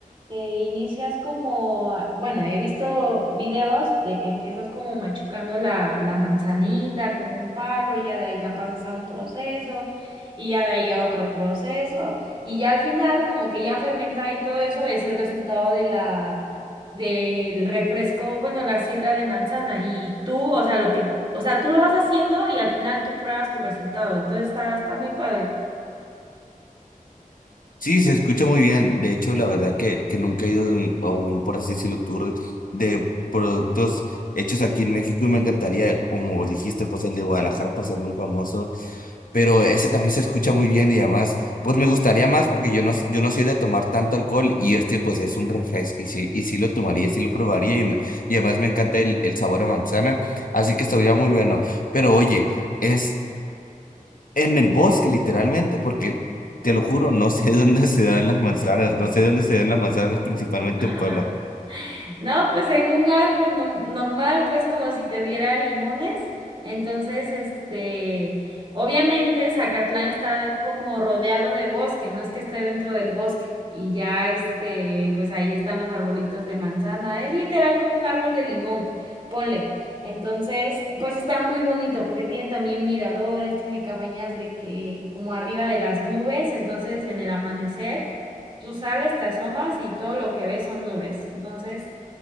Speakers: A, on the right; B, on the left.
A: eh, inicias como, ah, bueno, he visto videos de que empiezas como machucando la, la manzanita con un palo y ya de ahí la pasas a un proceso y ya de ahí a otro proceso y ya al final como que ya fermentada y todo eso es el resultado de la, del refresco, bueno, la sidra de manzana y tú, o sea, lo que, o sea, tú lo vas haciendo y al final tú pruebas tu resultado, entonces está, está muy padre.
B: Sí, se escucha muy bien, de hecho, la verdad que, que nunca he ido en- a un, por así decirlo, tour de productos hechos aquí en México y me encantaría, como dijiste, pues el de Guadalajara, pues es muy famoso. pero ese también se escucha muy bien y además, pues me gustaría más porque yo no, s- yo no soy de tomar tanto alcohol y este pues es un refresco y sí, y sí lo tomaría, sí lo probaría y, me- y además me encanta el, el sabor a manzana, así que estaría muy bueno. Pero oye, es en el bosque literalmente porque te lo juro, no sé <laughs> dónde se dan las manzanas, no sé dónde se dan las manzanas principalmente
A: <laughs>
B: en Puebla.
A: No, pues en un árbol no- normal, pues como si te diera limones. Entonces, este, obviamente Zacatlán está como rodeado de bosque, no es que esté dentro del bosque. Y ya, este, pues ahí están los arbolitos de manzana. Es literal como un árbol de limón, ponle. Entonces, pues está muy bonito porque tiene también miradores, tiene cabañas de que como arriba de las nubes, entonces en el amanecer tú sales, te asomas y todo lo que ves son nubes. Entonces,